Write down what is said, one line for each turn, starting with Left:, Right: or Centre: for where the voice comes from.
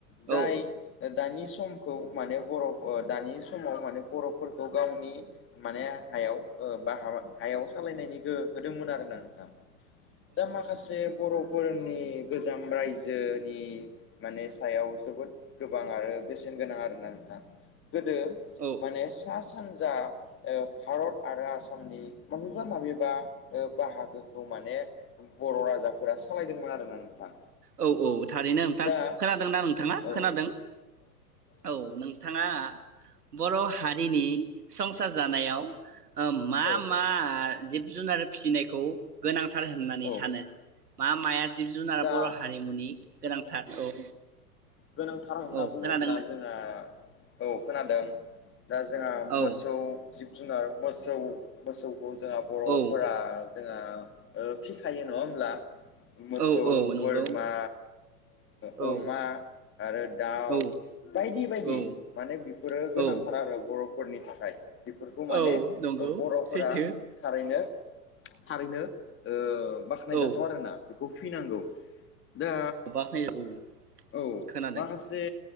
Left: जाय
Right: औ
Left: ओ दानि समखौ माने बर ओ दानि समाव माने बर'फोरखौ गावनि माने हायाव ओ बा हा <inaudible> हायाव सालायनायनि गोहो होदोंमोन आरोना नोंथां। दा माखासे बर' फोरनि गोजाम रायजोनि माने सायाव जोबोद गोबां आरो बेसेन गोनां आरोना नोंथां। गोदो
Right: औ
Left: माने सा सान जा ओ भारत आरो आसामनि। माबेबा माबेबा ओ‌ बाहागोखौ माने बर' राजाफोरा सालायदोंमोन आरोना नोंथां।
Right: औ औ थारैनो नोंथां
Left: दा
Right: खोनादोंना नोंथाङा
Left: औ
Right: खोनादों औ नोंथाङा बर हारिनि सं सार जानायाव ओ मा
Left: औ
Right: मा जिब जुनार फिसिनायखौ गोनां थार होननानै
Left: औ
Right: सानो। मा माया जिब जु
Left: दा
Right: बर हारिमुनि। गोनांथार औ।
Left: गोनांथार होनना
Right: औ
Left: बुङोब्ला
Right: खोनादोंनो
Left: जोंहा औ खोनादों दा जोंहा
Right: औ
Left: मोसौ जिब जुनार मोसौ मोसौ जोंहा बर'फोरा।
Right: औ
Left: जोंहा फिखायो, नङा होमब्ला? मोसौ
Right: औ औ नंगौ
Left: बोरमा ओ
Right: औ
Left: अमा आरो दाउ
Right: औ
Left: बायदि बायदि
Right: औ
Left: माने बेफोरो गोनांथार
Right: औ
Left: आरो बर' बर'फोरनि थाखाय बेफोरखौ
Right: औ
Left: माने
Right: नंगौ
Left: बरफोरा
Right: सैथो
Left: थारैनो थारैनो ओ बाख्नाय
Right: औ
Left: जाथाव आरोना बे कफि नांगौ दा
Right: बाख्नाय औ
Left: औ
Right: खोनादों
Left: माखासे